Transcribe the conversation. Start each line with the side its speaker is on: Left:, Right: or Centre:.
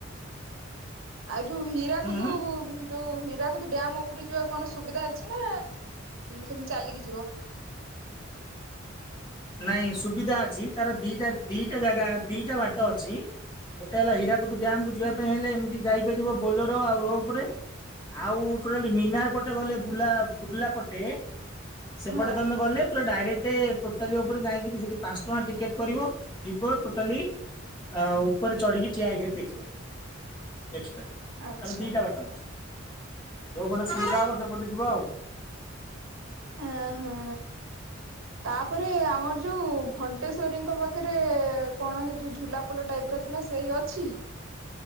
Right: ଆଉ ଯୋଉ ହୀରାକୁଦୁ
Left: ଉଁ
Right: ଯୋଉ ହୀରାକୁଦ ଡାମ ଉପ ପୁରୀ ଯିବାକୁ କଣ ସୁବିଧା ଅଛି ନା ସେମିତି ଚାଲିକି ଯିବ।
Left: ନାଇଁ ସୁବିଧା ଅଛି ତାର ଦିଟା ଦିଟା ଜାଗା ଦିଟା ବାଟ ଅଛି। ଗୋଟେ ହେଲା ହୀରାକୁଦ ଡ୍ୟାମ କୁ ଯିବା ପାଇଁ ହେଲେ ଏମିତି ଯାଇପାରିବ। ଆଉ ଟୋଟାଲି ମିନାର ପଟେ ଗଲେ ବୁଲା ବୁର୍ଲା ପଟେ ସେପଟେ
Right: ହଁ
Left: ତମେ ଗଲେ ପୁରା ଡାଇରେକ୍ଟ ଟୋଟାଲି ଉପରେ ଯାଇକି ସେଠି ପାଞ୍ଚ ଟଙ୍କା ଟିକେଟ କରିବ ଯିବ ଟୋଟାଲି ଅ ଉପରେ ଚଢିକି ଠିଆ ହେଇକି ଦେଖିବ ଦେଖ।
Right: ଆଚ୍ଛା
Left: ତ ଦିଟା ବାଟ ଅଛି ଯୋଉ ପଟେ ସୁଇଧା ହବ ସେପଟେ ଯିବ ଆଉ
Right: ହଁ ହଁ। ତାପରେ ଆମର ଯୋଉ ଘଣ୍ଟେଶ୍ଵରୀଙ୍କ ପାଖରେ କଣ ମ ଯୋଉ ଝୁଲାପୋଲ ଟା ଥିଲା ସେଇ ଅଛି।